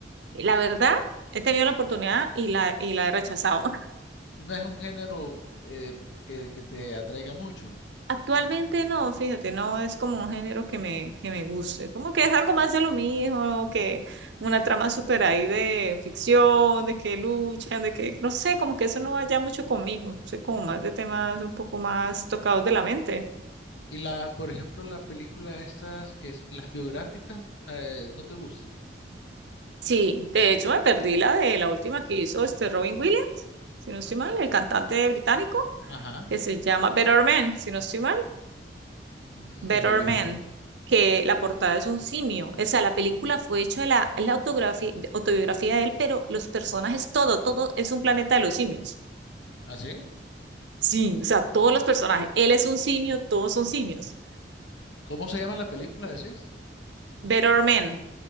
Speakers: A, on the right; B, on the left.
A: la verdad, he tenido la oportunidad y la, y la he rechazado. <laughs>
B: No es un género eh, que, que te atraiga mucho.
A: Actualmente no, fíjate, no es como un género que me, que me guste, como que es algo más de lo mismo, que una trama súper ahí de ficción, de que luchan, de que, no sé, como que eso no vaya mucho conmigo, soy como más de temas un poco más tocados de la mente.
B: Y la, por ejemplo, las películas estas, que es- las biográficas, eh, no te gustan.
A: Sí, de hecho me perdí la de la última que hizo este Robin Williams, si no estoy mal, el cantante británico,
B: Ajá.
A: que se llama Better Man, si no estoy mal,
B: Mm,
A: Better
B: No lo he visto.
A: Man, que la portada es un simio. O sea, la película fue hecha de la, la autografía, autobiografía de él, pero los personajes, todo, todo es un planeta de los simios.
B: ¿Así?
A: Sí, o sea, todos los personajes. Él es un simio, todos son simios.
B: ¿Cómo se llama la película, decís?
A: Better Man,